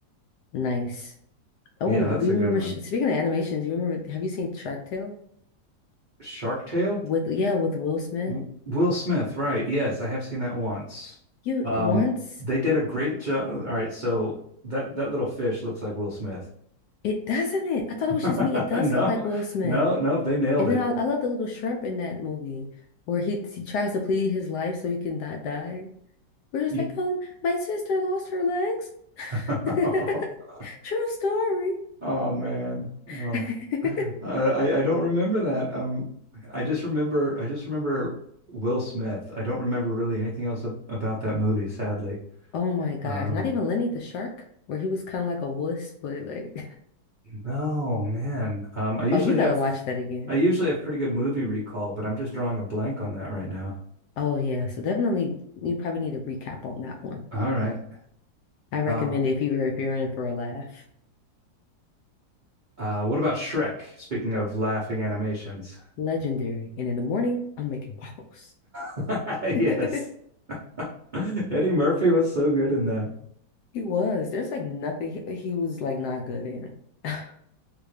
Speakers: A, on the left; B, on the right.
A: Nice. Oh,
B: yeah that's
A: do you
B: a good
A: remember?
B: one
A: sh- Speaking of animations, you remember? Have you seen Shark Tale
B: Shark Tale
A: with yeah with Will Smith?
B: W- Will Smith right yes I have seen that once
A: You
B: um
A: once
B: they did a great job all right so that that little fish looks like Will Smith
A: it doesn't it? I thought
B: <laughs>
A: it was just me. It does
B: no
A: look like Will Smith,
B: no no they nailed
A: and
B: it
A: then I, I love the little shrimp in that movie where he he tries to plead his life so he can not die. We're just
B: Yeah.
A: like, um, my sister lost her legs.
B: <laughs>
A: <laughs> True story.
B: Oh man. Oh.
A: <laughs>
B: <laughs> I I I don't remember that. Um I just remember I just remember Will Smith. I don't remember really anything else ab- about that movie, sadly.
A: Oh my gosh!
B: Um
A: Not even Lenny the shark, where he was kind of like a wuss, but like,
B: oh man. Um
A: <laughs>
B: I usually
A: oh, you gotta
B: have
A: watch that again.
B: I usually have pretty good movie recall, but I'm just drawing a blank on that right now.
A: Oh yeah, so definitely you probably need a recap on that one.
B: All right.
A: I recommend
B: Uh
A: it if you if you're in for a laugh.
B: uh what about Shrek? Speaking of laughing animations.
A: Legendary. And in the morning, I'm making waffles.
B: <laughs> Yes.
A: <laughs>
B: <laughs> Eddie Murphy was so good in that.
A: He was. There's like nothing he, he was like not good in. <sighs> <laughs>